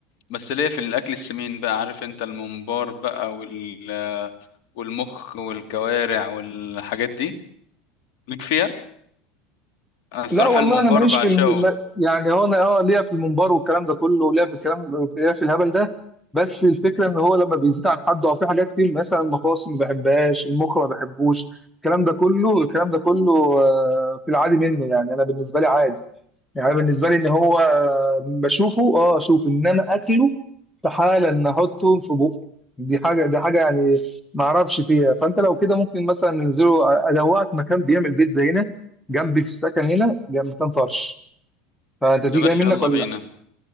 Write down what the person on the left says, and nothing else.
بس ليا في الاكل السمين بقى عارف انت الممبار بقى وال والمخ والكوارع والحاجات دي ليك فيها انا الصراحه
الممبار
بعشقه
يا باشا
يلا
بينا